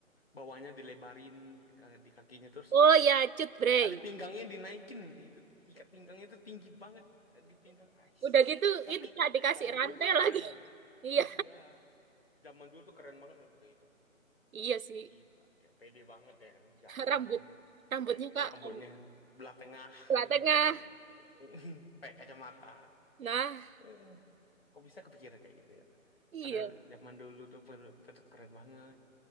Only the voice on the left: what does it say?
bawahnya dilebarin ke- di kakinya terus
tali pinggangnya dinaikin. Itu ikat pinggangnya tuh tinggi banget eh, di pinggang Ais.
Tapi
zaman
dulu tuh keren.
eh.
Iya, zaman dulu tuh keren banget loh itu kayak gitu.
Gila, kayak pede banget ya kan, jalan,
eh, rambutnya
belah tengah
itu
rambutnya, <laughs> pakai kacamata.
Eh. Kok bisa kepikiran kayak gitu ya?
Padahal zaman dulu tuh pen- kita tuh keren banget.